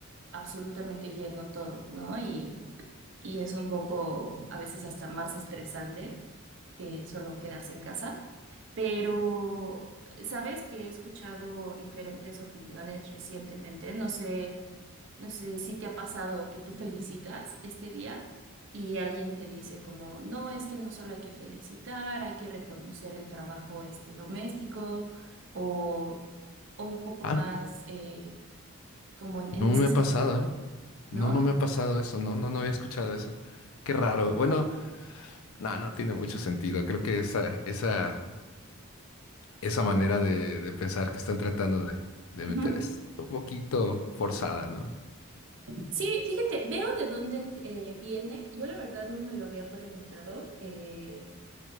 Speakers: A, on the right; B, on the left.
A: absolutamente lleno todo, ¿no? Y, y es un poco a veces hasta más estresante. que solo quedarse en casa. Pero sabes que he escuchado diferentes opiniones recientemente. No sé, no sé si te ha pasado que tú felicitas este día y alguien te dice como, no, es que no solo hay que felicitar, hay que reconocer el trabajo este doméstico o, o un poco
B: Ah,
A: más eh, como en,
B: no
A: en ese
B: me ha
A: sentido,
B: pasado, ¿eh? No,
A: ¿no?
B: no me ha pasado eso, no, no, no había escuchado eso. Qué raro. Bueno, no, no tiene mucho sentido. Creo que esa, esa, esa manera de, de pensar que están tratando de, de
A: Ujú.
B: meter es un poquito forzada, ¿no?
A: Sí, fíjate, veo de dónde eh, viene. Yo la verdad no me lo había preguntado, eh,